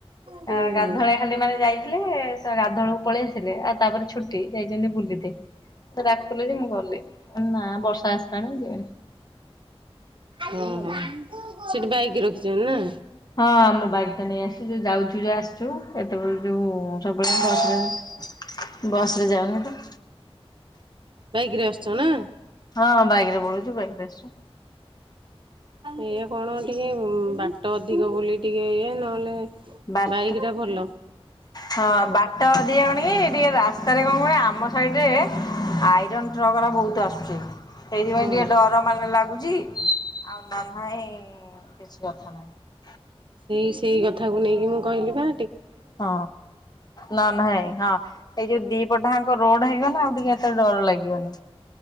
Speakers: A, on the right; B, on the left.
A: ହୁଁ
B: ଆ
A: ହୁଁ
B: ଗାଧଳିଆ ଖାଲି ମାନେ ଯାଇ ଥିଲେ ସେ ଗାଧଉଳକୁ ପଳେଇ ଆସିଥିଲେ ଆଉ ତାପରେ ଛୁଟି ଯାଇଛନ୍ତି ବୁଲିତେ। ମତେ ଡାକୁୁଥିଲେ ଯେ ମୁଁ ଗଲିନି ନାଁ ବର୍ଷା ଆସିଲାଣି ମୁଁ ଯିବିନି। କହିକି
A: ହୁଁ
B: ଗଲିନି।
A: ସେଠି ବାଇକି ରଖିଛନ୍ତି ନା।
B: ହଁ ଆମ ବାଇକ ଟା ନେଇ ଆସିଛୁ ଯୋଉଁ ଯାଉଛୁ ଯେ ଆସିଛୁ ଏତେବେଳେ ଯୋଉଁ ସବୁବେଳେ ବସ ରେ ଯାଅନି ତ?
A: ବାଇକରେ ଆସୁଚ ନା?
B: ହଁଁ ବାଇକ ରେ ପଳଉଚୁ ବାଇକ ରେ ଆସୁଚୁ।
A: ଇଏ କଣ ଟିକେ ବାଟ ଅଧିକ ବୋଲି ଟିକେ ଇଏ ନହେଲେ
B: ବାଟ
A: ବାଇକ୍ ଟା ଭଲ
B: ହଁ ବାଟ <unintelligible> ଟିକେ ରାସ୍ତାରେ କଣ କହେ ଆମ ସାଇଡ ରେ ଆଇରନ୍ ଟ୍ରକ ରା ବହୁତ ଆସୁଛି ସେଇଥିପାଇଁ
A: ହଁ
B: ଟିକେ ଡର ମାନେ ଲାଗୁଛି ଆଉ ନ ନାଇଁ କିଛି କଥା ନାହିଁ।
A: ସେଇ ସେଇ କଥାକୁ ନେଇକି ମୁଁ କହିଲି ପା।
B: ହଁ ନା ନାଇଁ ହଁ ଏଇ ଯୋଉଁ ଦିପଟ ରୋଡ ହେଇଗଲା ଆଉ ଟିକେ ଏତେ ଡର ଲାଗିବନି।